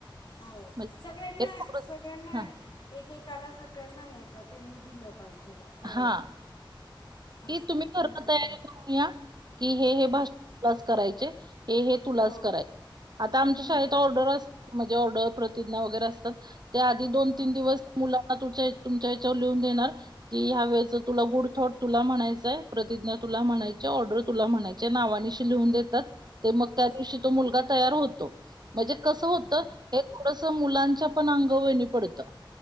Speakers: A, on the left; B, on the right.
A: हो
B: म्हणजे
A: सगळ्यांना
B: हे थोडं
A: सग सगळ्यांना
B: हा
A: एकेकाला सगळ्यांना नाही का त्यांनी दिलं पाहिजे ब करायला
B: हा की
A: असं
B: तुम्ही
A: तुमचं
B: घरना तयारी
A: म्हणणं
B: करून या की हे
A: हं
B: हे भाष तुलास करायचे हे हे तुलाच
A: हो
B: कराय आता
A: हो
B: शाळेत
A: हो
B: आऊटडोर असतं म्हणजे आऊटडोर प्रतिज्ञा असतात त्या आधी दोन
A: हं
B: तीन दिवस मुलांना तुच्या तुमच्या ह्याच्यावर लिहून देणार कि ह्या वेळेचा तुला गुड थॉट तुला म्हणायचंय, प्रतिज्ञा तुला म्हणायची, ऑर्डर तुला म्हणायची, नावाांनीशी लिहून देतात ते मग त्या दिवशी
A: हो
B: तो मुलगा तयार होतो. म्हणजे कसं होतं,
A: हां
B: हे थोडसं मुलांच्या पण अंगवळणी पडतं.